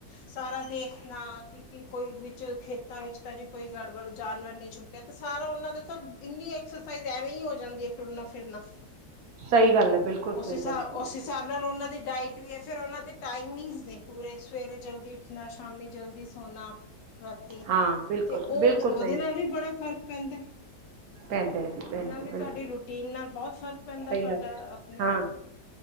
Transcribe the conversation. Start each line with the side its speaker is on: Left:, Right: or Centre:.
Left: ਸਾਰਾ ਦੇਖਨਾ ਕੋਈ ਵਿੱਚ ਖੇਤਾਂ ਵਿੱਚ ਤਾਂ ਨਹੀਂ ਈ ਗੜਬੜ ਜਾਨਵਰ ਨਹੀਂ ਛੁਪਿਆ ਤੇ, ਸਾਰਾ ਉਹਨਾਂ ਦਾ ਤਾਂ ਇੰਨੀ ਐਕਸਰਸਾਈਜ਼ ਐਵੇਂ ਹੀ ਹੋ ਜਾਂਦੀ ਐ ਟੁਰਨਾ ਫਿਰਨਾ
Right: ਸਹੀ ਗੱਲ ਹੈ ਬਿਲਕੁਲ
Left: ਉਸ
Right: ਸਹੀ
Left: ਹਿਸਾਬ,
Right: ਗੱਲ ਕੀਤੀ
Left: ਉਸ ਹਿਸਾਬ
Right: ਤੁਸੀਂ।
Left: ਨਾਲ ਉਹਨਾ ਦੀ ਡਾਇਟ ਫਿਰ ਉਹਨਾਂ ਦੇ ਟਾਈਮਿੰਗਸ ਨੇ ਪੂਰੇ, ਸਵੇਰੇ ਜਲਦੀ ਉੱਠਨਾ ਸ਼ਾਮੀ ਜਲਦੀ ਸੋਨਾ। ਰਾਤੀ,
Right: ਹਾਂ ਬਿਲਕੁਲ
Left: ਤੇ ਉਹ
Right: ਬਿਲਕੁਲ
Left: ਉਹਦੇ
Right: ਸਹੀ
Left: ਨਾਲ ਹੀ ਬੜਾ ਫ਼ਰਕ ਪੈਂਦੈ।
Right: ਪੈਂਦਾ ਹੈ ਜੀ
Left: ਓਦੇ
Right: ਪੈਂਦਾ
Left: ਨਾਲ
Right: ਹੈ,
Left: ਵੀ ਤਾਡੀ
Right: ਬਿਲਕੁਲ
Left: ਰੂਟੀਨ ਨਾਲ ਬਹੁਤ ਫ਼ਰਕ ਪੈਂਦਾ
Right: ਸਹੀ
Left: ਤੁਹਾਡਾ
Right: ਗੱਲ ਹੈ।
Left: ਆਪਨੇ
Right: ਹਾਂ